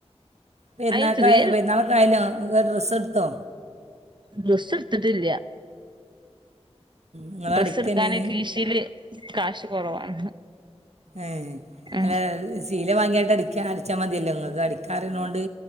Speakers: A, on the right; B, on the right.
A: പെരുന്നാളിക്കായ്
B: അയ്ന് ചെറിയൊരു
A: പെരുന്നാളൊക്കെ ആയല്ലോ നിങ്ങൾക്ക് ഡ്രസ്സ്‌ എടുത്തോ.
B: ഡ്രസ്സ്‌ എടുത്തിട്ടില്ല.
A: നിങ്ങൾ
B: ഡ്രസ്സ്
A: അടിക്കന്നെ
B: എടുക്കാന്
A: ഇനി
B: കീശയിലെ കാശ് കുറവാണ്.
A: ഏഹ്
B: ഉം
A: അല്ല ചീലാ വാങ്ങി അങ്ങട് അടിക്കാ അടിച്ചാമതിയല്ലോ നിങ്ങക്ക് അടിക്കാൻ അറിയണോണ്ട്.